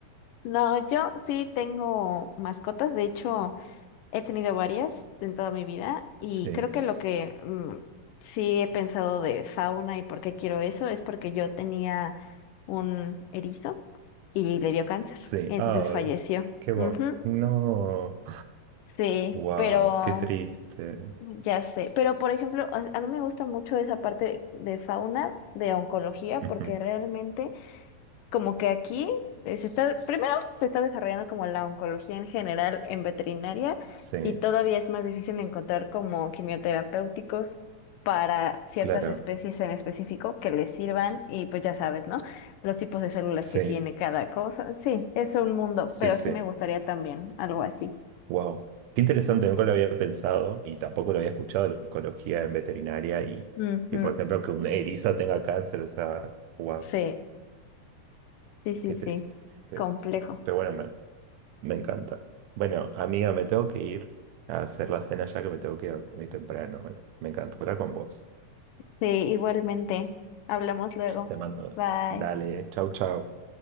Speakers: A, on the left; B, on the right.
A: No, yo sí tengo mascotas. De hecho, He tenido varias en toda mi vida y
B: Sí,
A: creo que lo que mm, sí he pensado de fauna y por qué quiero eso es porque yo tenía un erizo y le dio cáncer
B: sí.
A: y entonces
B: Ay,
A: falleció.
B: qué voy.
A: Ujú,
B: No.
A: sí,
B: Wow,
A: pero
B: qué triste.
A: ya sé. Pero por ejemplo, a, a mí me gusta mucho esa parte de fauna, de oncología,
B: Ujú.
A: porque realmente como que aquí eh, se está, primero se está desarrollando como la oncología en general en veterinaria
B: Sí,
A: y todavía es más difícil encontrar como quimioterapéuticos para ciertas
B: claro.
A: especies en específico que les sirvan y pues ya sabes, ¿no? Los tipos de células que
B: Sí,
A: tiene cada cosa. Sí, es un mundo,
B: sí,
A: pero
B: sí.
A: sí me gustaría también algo así.
B: Wow. Qué interesante, nunca lo había pensado y tampoco lo había escuchado la ecología en veterinaria y,
A: Ujú,
B: y por ejemplo, que un erizo tenga cáncer, o sea, wow,
A: Sí, sí, sí,
B: qué
A: sí.
B: triste. Pero,
A: Complejo.
B: pero bueno, me, me encanta. Bueno, amiga, me tengo que ir a hacer la cena ya que me tengo que ir a dormir temprano. Me encantó hablar con vos.
A: Sí, igualmente. Hablamos luego.
B: Te mando.
A: Bye.
B: Dale, chau, chau.